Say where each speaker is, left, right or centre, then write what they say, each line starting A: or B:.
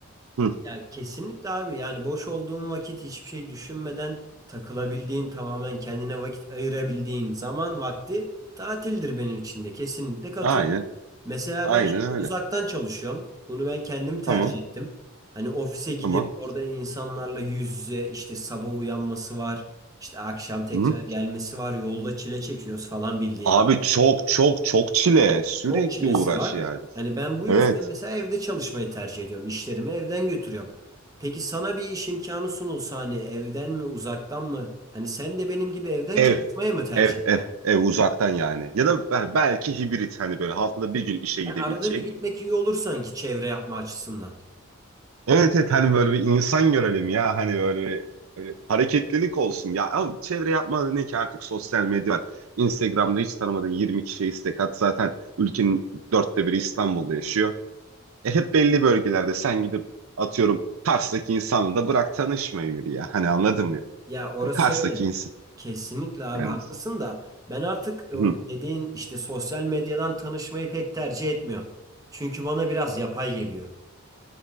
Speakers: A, on the right; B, on the right.
A: Hı,
B: Ya kesinlikle abi yani boş olduğun vakit hiçbir şey düşünmeden takılabildiğin tamamen kendine vakit ayırabildiğin zaman vakti tatildir benim için de kesinlikle katıl.
A: aynen,
B: Mesela
A: aynen
B: ben şimdi
A: öyle.
B: uzaktan çalışıyorum. Bunu ben kendim tercih
A: Tamam,
B: ettim. Hani ofise gidip
A: tamam.
B: orada insanlarla yüz yüze işte sabah uyanması var. işte akşam tekrar
A: Hı.
B: gelmesi var. Yolda çile çekiyoruz falan bildiğin
A: Abi
B: gibi.
A: çok çok çok çile. Sürekli
B: Çok çilesi
A: uğraş
B: var.
A: yani.
B: Hani ben bu yüzden
A: Evet.
B: mesela evde çalışmayı tercih ediyorum. İşlerimi evden götürüyorum. Peki sana bir iş imkanı sunulsa hani evden mi uzaktan mı? Hani sen de benim gibi evden
A: Ev,
B: çalışmaya mı tercih
A: ev, ev,
B: ederdin?
A: ev uzaktan yani. Ya da bel- belki hibrit hani böyle haftada bir gün işe gidebileceğim.
B: Yani arada bir gitmek iyi olur sanki çevre yapma açısından.
A: Evet evet hani böyle bir insan görelim ya hani böyle bir böyle hareketlilik olsun ya. Ama çevre yapma ne ki artık sosyal medya var. Instagram'da hiç tanımadığın 20 kişiye istek at. Zaten ülkenin dörtte biri İstanbul'da yaşıyor. E hep belli bölgelerde sen gidip atıyorum Kars'taki insanla da bırak tanışmayı biri ya. Hani anladın mı?
B: Ya orası
A: Hani Kars'taki
B: öyle.
A: insan.
B: Kesinlikle abi
A: Yani
B: haklısın da ben artık o
A: Hı.
B: dediğin işte sosyal medyadan tanışmayı pek tercih etmiyorum. Çünkü bana biraz yapay geliyor.